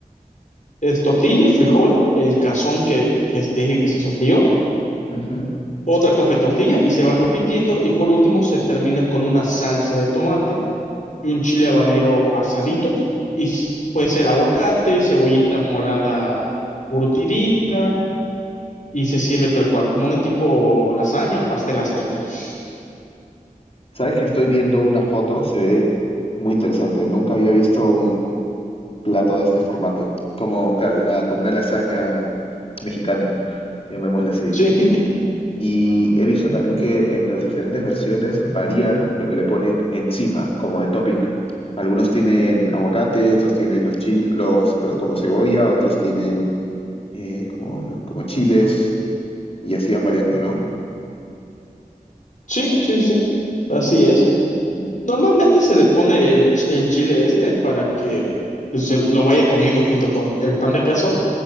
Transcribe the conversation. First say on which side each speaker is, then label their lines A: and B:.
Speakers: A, on the left; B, on the left.
A: Es tortilla, frijol, el cazón que, que te dije que se sofrió,
B: ujú.
A: otra capa de tortilla y se va repitiendo. Y por último se termina con una salsa de tomate y un chile habanero asadito. Y s- puede ser aguacate, cebollita morada curtidita y se sirve tal cual, como una tipo lasaña o pastel azteca. <laughs>
B: Sabes que estoy viendo una foto, se ve muy interesante. Nunca había visto un plato de este formato. Como, claro, una, como una lasaña mexicana, llamémosla así.
A: Sí,
B: Y he visto también que en las diferentes versiones varían lo que le ponen encima, como de topping. Algunos tienen aguacate, otros tienen los chil, los, pero como cebolla, otros tienen eh, como, como chiles, y así van variando, ¿no?
A: sí, sí, sí. Así es. Normalmente se le pone el, ch- el chile este para que pues, se lo vayan comiendo junto con el pan de cazón,